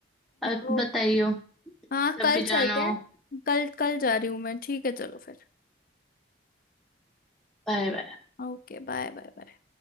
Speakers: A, in the centre; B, on the left.
A: अब
B: ओ,
A: बताइयो
B: हाँ
A: जब
B: कल
A: भी
B: चलते
A: जाना
B: हैं
A: हो
B: कल कल जा रही हूँ मैं ठीक है चलो फिर
A: Bye bye
B: Okay bye bye bye